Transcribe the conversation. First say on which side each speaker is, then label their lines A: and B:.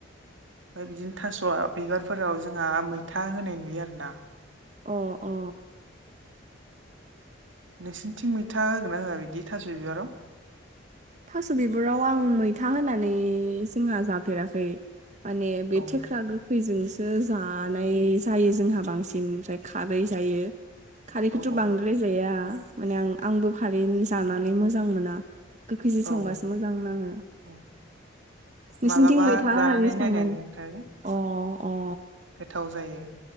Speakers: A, on the right; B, on the right.
A: ओमफ्राय बिदिनो थास' बिबारफोराव जोंहा मैथा होनाय नुयो आरोना
B: अ अ।
A: नोंसनिथिं मैथा होगोन ना होआ बिदि थास' बिबाराव
B: थास' बिबुराव आं मैथा होनानै जोंहा जाफेराखै माने बे
A: औ
B: थुख्रा खैजोंसो जानाय जायो जोंहा बांसिन ओमफ्राय खारै जायो खारैखौथ'
A: औ
B: बांद्राय जाया माने आं-आंबो खारै जानानै मोजां मोना गोखैजों संबासो
A: औ
B: मोजां नाङो।
A: औ
B: नोंसोरनिथिं
A: मालाबा
B: मैथा
A: जानानै
B: होनानै संनानै
A: नायनाय नोंथां
B: अ अ
A: गोथाव जायो।